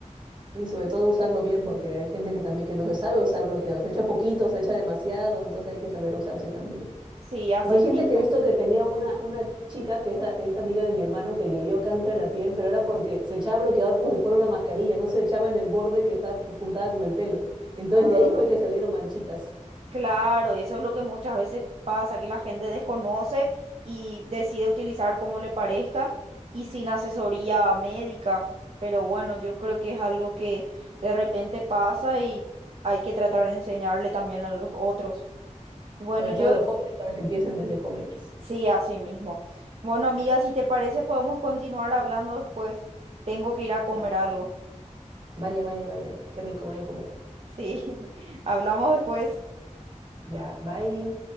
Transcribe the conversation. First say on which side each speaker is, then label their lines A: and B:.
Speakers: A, on the right; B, on the right.
A: Y sobre todo usarlo bien, porque hay gente que también que no se sabe usar bloqueador. Se echa poquito, se echa demasiado, entonces hay que saber usarse también.
B: Sí, así
A: O hay gente
B: mismo.
A: que he visto que tenía una, una chica, que es, a- es amiga de mi hermano, que le dio cáncer de la piel, pero era porque se echaba bloqueador como si fuera una mascarilla, no se echaba en el borde que estaba juntada con el pelo. Entonces
B: Ah,
A: de ahí fue que salieron manchitas,
B: claro, eso es lo que muchas veces pasa, que la gente desconoce y decide utilizar como le parezca y sin asesoría médica. Pero bueno, yo creo que es algo que de repente pasa y hay que tratar de enseñarle también a los otros. Bueno,
A: sobre
B: yo
A: todo a los jóvenes, para que empiecen desde jóvenes.
B: Sí, así mismo. Bueno, amiga, si te parece, podemos continuar hablando después. Tengo que ir a comer
A: Me
B: algo.
A: Vaya, vaya, vaya. Qué rico, voy a comer.
B: Sí, <laughs> hablamos después.
A: Ya, bye.